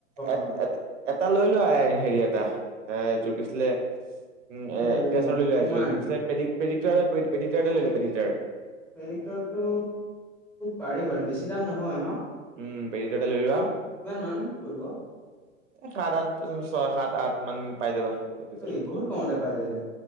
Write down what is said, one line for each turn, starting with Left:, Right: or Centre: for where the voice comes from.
Right: এ,
Centre: মানৰ
Right: এ, এটা লৈ লোৱা হেৰি এটা, এ জোৰকিছিলে উম, এ,
Centre: হেৰি
Right: <unintelligible>
Centre: পুমাৰ
Right: এযোৰ
Centre: নেকি
Right: কি আছিলে <unintelligible>
Centre: প্ৰেডিক্টৰটো পাৰি বাৰ, বেছি দাম নহয় ন?
Right: উম, প্ৰেদিক্টৰ এটা লৈ লোৱা
Centre: কিমান মান পৰিব
Right: <unintelligible> ছয়, সাত, আঠমান পাই যাবা। তাতে ভিতৰতে
Centre: সেই বহুত কমতে পাই যায়গে